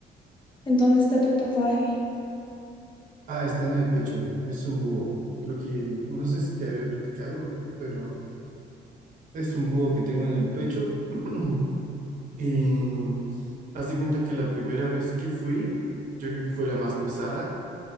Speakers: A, on the left; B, on the right.
A: en dónde está tu tatuaje?
B: Ah, está en el pecho, es un búho. Creo que, no sé si te había platicado, pero es un búho que tengo en el pecho. <clears throat> Y haz de cuenta que la primera vez que fui, yo creo que fue la más pesada.